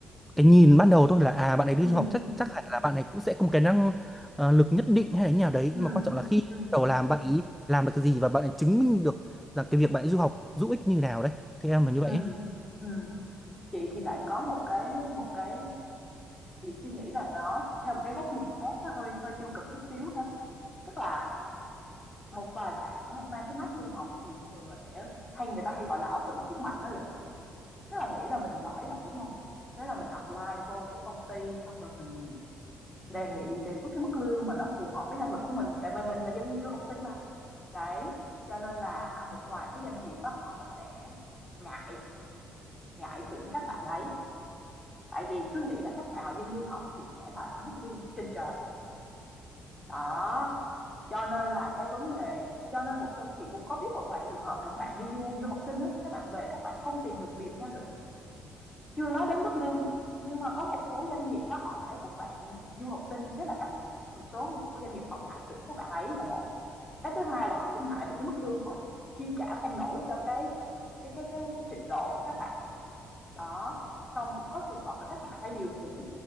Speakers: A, in the centre; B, on the left.
A: cái nhìn ban đầu thôi là à bạn ấy đi
B: ừm,
A: du học chắc chắc hẳn là bạn ấy cũng sẽ có một cái năng ờ, lực nhất định hay là như nào đấy
B: ừm,
A: nhưng mà quan trọng là khi
B: ừm,
A: bắt đầu làm bạn ấy làm được cái gì và bạn ấy chứng minh được rằng cái việc bạn ấy du học giúp ích như nào đấy theo em là như
B: ừm,
A: vậy ấy.
B: ừm. Chị thì lại có một cái một cái chị suy nghĩ là nó theo một cái góc nhìn khác nó hơi hơi tiêu cực chút xíu ha. Tức là một vài bạn mang cái mác du học thì thường là sẽ hay người ta hay gọi là ảo tưởng sức mạnh đó Lượng. Tức là nghĩ là mình giỏi rồi đúng không? Thế là mình apply vô cái công ty xong rồi mình Đề nghị đề xuất cái mức lương mà nó phù hợp với năng lực của mình, tại vì mình là dân du học sinh mà. Đấy, cho nên là một vài cái doanh nghiệp đó họ sẽ ngại ngại tuyển các bạn đấy, tại vì cứ nghĩ là các bạn là dân du học thì sẽ đòi hỏi mức lương trên trời. Đó, cho nên là cái vấn đề cho nên một số chị cũng có biết một vài trường hợp các bạn đi du du học sinh đó, các bạn về các bạn không tìm được việc nha Lượng. Chưa nói đến mức lương, nhưng mà có một số doanh nghiệp á, họ thấy các bạn du học sinh, thế là các một số doanh nghiệp họ ngại tuyển các bạn ấy là một. Cái thứ hai là họ cũng ngại về cái mức lương họ chi trả không nổi cho cái cái cái cái cái trình độ của các bạn. Đó, xong cũng có trường hợp là các bạn phải điều chỉnh,